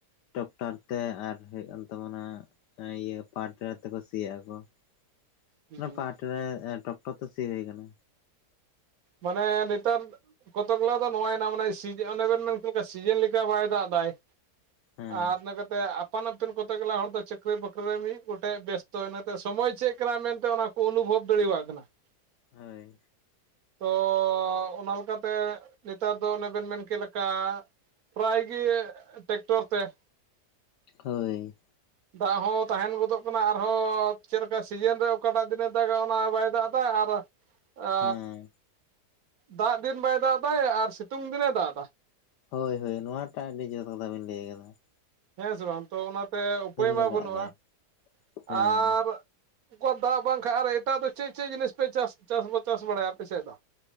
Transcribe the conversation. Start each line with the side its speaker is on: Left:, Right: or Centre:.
Left: ᱴᱚᱠᱴᱟᱨ ᱛᱮ ᱟᱨ ᱦᱩᱭᱩᱜ ᱠᱟᱱ ᱛᱟᱵᱚᱱᱟ ᱤᱭᱟᱹ ᱯᱟᱴᱮᱞᱟᱹᱨ ᱛᱮᱠᱚ ᱥᱤᱮᱫ-ᱟ ᱠᱚ ᱾
Right: ᱦᱩᱸ
Left: ᱚᱱᱟ ᱠᱟᱹᱴ ᱨᱮ ᱴᱚᱠᱴᱚᱨ ᱛᱮ ᱥᱤ ᱦᱩᱭ ᱠᱟᱱᱟ
Right: ᱢᱟᱱᱮ ᱱᱮᱛᱟᱨ ᱠᱚᱛᱚᱜᱞᱟ ᱫᱚ ᱱᱚᱶᱟ ᱮᱱᱟ ᱢᱟᱱᱮ ᱥᱤᱡ.. ᱚᱱᱮ ᱵᱮᱱ ᱢᱮᱱ ᱠᱮᱫ ᱞᱮᱠᱟ ᱥᱤᱡᱮᱱ ᱞᱮᱠᱟ ᱵᱟᱭ ᱫᱟᱜ ᱮᱫᱟᱭ ᱾
Left: ᱦᱮᱸ
Right: ᱟᱨ ᱱᱮᱠᱟ ᱛᱮ ᱟᱯ ᱯᱷᱚᱱ ᱟᱯᱫᱩᱱ ᱠᱚᱛᱮ ᱜᱮᱞᱟ ᱦᱚᱲ ᱫᱚ ᱪᱟᱹᱠᱨᱤ ᱵᱟᱹᱠᱨᱤ ᱨᱮ ᱢᱤᱫ ᱜᱚᱴᱮᱡ ᱵᱮᱥᱛᱚ ᱤᱱᱟᱹᱛᱮ ᱥᱚᱢᱚᱭ ᱪᱮᱫ ᱠᱟᱱᱟ ᱢᱮᱱᱛᱮ ᱚᱱᱟ <unintelligible> ᱚᱱᱩᱵᱷᱚᱵᱽ ᱫᱟᱲᱮᱭᱟᱜ ᱠᱟᱱᱟ ᱾
Left: ᱦᱚᱭ ᱾
Right: ᱛᱚ ᱚᱱᱟ ᱚᱝᱠᱟ ᱛᱮ ᱱᱮᱛᱟᱨ ᱫᱚ ᱚᱱᱮ ᱵᱤᱱ ᱢᱮᱱ ᱠᱮᱫ ᱞᱮᱠᱟ ᱾ ᱯᱨᱟᱭ ᱜᱮ ᱴᱮᱠᱴᱚᱨ ᱛᱮ ᱾
Left: ᱦᱚᱭ
Right: ᱫᱟᱜ ᱦᱚᱸ ᱛᱟᱦᱮᱸᱱ ᱜᱚᱫᱚᱜ ᱠᱟᱱᱟ ᱟᱨᱦᱚᱸ ᱪᱮᱫ ᱞᱮᱠᱟ ᱥᱤᱡᱤᱱ ᱨᱮ ᱚᱠᱟᱴᱟᱜ ᱫᱤᱱ ᱮ ᱫᱟᱜᱟ ᱚᱱᱟ ᱵᱟᱭ ᱫᱟᱜ ᱮᱫᱟ ᱟᱨ ᱾ ᱟᱹ
Left: ᱦᱮᱸ
Right: ᱫᱟᱜ ᱫᱤᱱ ᱵᱟᱭ ᱫᱟᱜ ᱮᱫᱟᱭ ᱟᱨ ᱥᱤᱛᱩᱝ ᱫᱤᱱ ᱮ ᱫᱟᱜ ᱮᱫᱟ ᱾
Left: ᱦᱚᱭ ᱦᱚᱭ ᱱᱚᱣᱟᱴᱟᱜ ᱟᱹᱰᱤ ᱡᱚᱨ ᱠᱟᱛᱷᱟ ᱵᱤᱱ ᱞᱟᱹᱭ ᱟᱠᱟᱫᱟ ᱾
Right: ᱦᱮᱸ ᱥᱮ ᱵᱟᱝ ᱛᱚ ᱚᱱᱟᱛᱮ ᱩᱯᱟᱹᱭ ᱢᱟ
Left: ᱜᱮ ᱫᱟᱜ
Right: ᱵᱟᱹᱱᱩᱜᱼᱟ
Left: ᱮᱫᱟᱭ
Right: ᱟᱨᱼᱼ
Left: ᱦᱮᱸ
Right: ᱩᱱᱠᱩᱣᱟᱜ ᱫᱟᱜ ᱵᱟᱝᱠᱷᱟᱱ ᱟᱨ ᱮᱴᱟᱜ ᱫᱚ ᱪᱮᱫ ᱪᱮᱫ ᱡᱤᱱᱤᱥ ᱯᱮ ᱪᱟᱥ ᱪᱟᱥ ᱪᱟᱥ ᱵᱟᱲᱟᱭᱟ ᱯᱮᱥᱮᱫ ᱫᱚ?